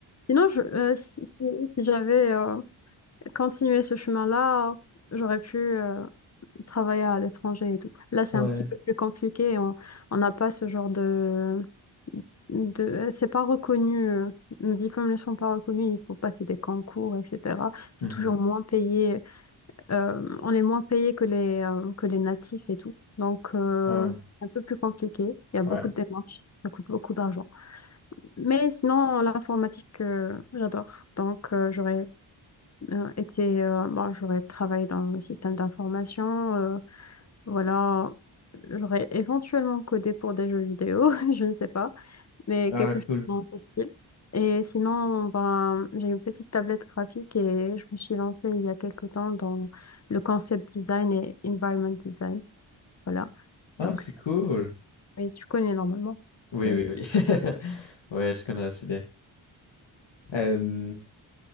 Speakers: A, on the left (about 30°); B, on the left (about 65°).
A: Sinon, je, euh, si, si- si j'avais euh, continué ce chemin-là, j'aurais pu euh, travailler à l'étranger et tout. Là, c'est
B: ouais.
A: un petit peu plus compliqué. On on n'a pas ce genre de, de, euh, c'est pas reconnu, euh, nos diplômes ne sont pas reconnus, il faut passer des concours, etc.
B: Mm-hmm.
A: C'est toujours moins payé, euh, on est moins payé que les, euh, que les natifs et tout. Donc, euh,
B: Ah,
A: c'est un peu plus compliqué, il y a beaucoup
B: ouais.
A: de démarches, ça coûte beaucoup d'argent. Mais sinon, l'informatique, euh, j'adore. Donc, euh, j'aurais euh, été, euh, bon, j'aurais travaillé dans le système d'information, euh, voilà. J'aurais éventuellement codé pour des jeux vidéo, <laughs> je ne sais pas mais
B: Ah,
A: quelque chose
B: cool.
A: dans ce style. Et sinon, ben, j'ai une petite tablette graphique et je me suis lancée il y a quelque temps dans le concept design et environment design. Voilà.
B: Ah,
A: Donc,
B: c'est
A: c'est-
B: cool.
A: oui, tu connais normalement.
B: Oui,
A: ce-
B: oui,
A: ce-
B: oui. <laughs>
A: la gamme.
B: Ouais, je connais assez bien. Euh,